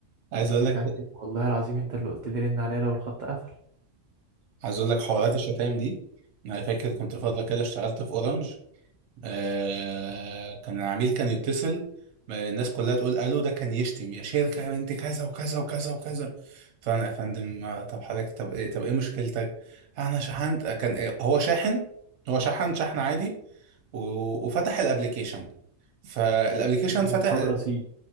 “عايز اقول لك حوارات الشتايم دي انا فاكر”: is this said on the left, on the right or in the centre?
Right